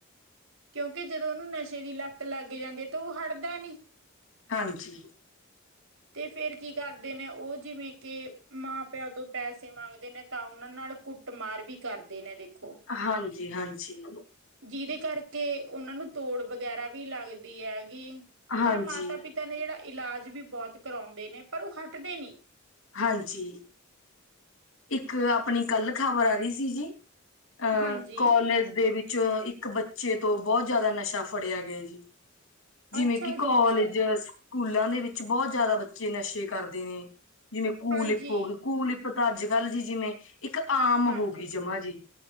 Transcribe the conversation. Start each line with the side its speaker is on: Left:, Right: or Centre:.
Right: ਕਿਉਂਕਿ ਜਦੋਂ ਉਹਨੂੰ ਨਸ਼ੇ ਦੀ ਲੱਤ ਲੱਗ ਜਾਂਦੀ ਐ, ਤਾਂ ਉਹ ਹਟਦਾ ਨੀ।
Left: ਹਾਂਜੀ।
Right: ਤੇ ਫੇਰ ਕੀ ਕਰਦੇ ਨੇ ਉਹ ਜਿਵੇਂ ਕਿ ਮਾਂ ਪਿਓ ਤੋਂ ਪੈਸੇ ਮੰਗਦੇ ਨੇ ਤਾਂ ਉਹਨਾਂ ਨਾਲ ਕੁੱਟਮਾਰ ਵੀ ਕਰਦੇ ਨੇ ਦੇਖੋ।
Left: ਹਾਂਜੀ, ਹਾਂਜੀ।
Right: ਜਿਹਦੇ ਕਰਕੇ ਉਹਨਾਂ ਨੂੰ ਤੋੜ ਵਗੈਰਾ ਵੀ ਲੱਗਦੀ ਹੈਗੀ।
Left: ਹਾਂਜੀ,
Right: ਪਰ ਮਾਤਾ-ਪਿਤਾ ਨੇ ਜਿਹੜਾ ਇਲਾਜ ਵੀ ਬਹੁਤ ਕਰਾਉਂਦੇ ਨੇ ਪਰ ਉਹ ਹੱਟਦੇ ਨਹੀਂ।
Left: ਹਾਂਜੀ। ਇੱਕ ਆਪਣੀ ਕੱਲ ਖ਼ਬਰ ਆ ਰਹੀ ਸੀ ਜੀ ਅਹ
Right: ਹਾਂਜੀ
Left: ਕੋਲਜ ਦੇ ਵਿੱਚ 'ਚ ਇੱਕ ਬੱਚੇ ਤੋਂ ਬਹੁਤ ਜਿਆਦਾ ਨਸ਼ਾ ਫੜਿਆ ਗਿਆ ਜੀ। ਜਿਵੇਂ
Right: ਅੱਛਾ
Left: ਕਿ
Right: ਜੀ
Left: ਕੋਾਲਜਸ
Right: ਅੱਛਾ
Left: ਸਕੂਲਾਂ ਦੇ ਵਿੱਚ ਬਹੁਤ ਜਿਆਦਾ, ਬੱਚੇ ਨਸ਼ੇ ਕਰਦੇ ਨੇ ਜਿਵੇਂ ਕੂਲ
Right: ਹਾਂਜੀ।
Left: ਇਪ ਹੋ ਗਏ ਕੂਲਪ ਅੱਜ ਕੱਲ ਜੀ ਜਿਵੇਂ ਇੱਕ ਆਮ
Right: ਹਾਂਜੀ
Left: ਹੋ ਗਈ ਜਮਾ ਜੀ,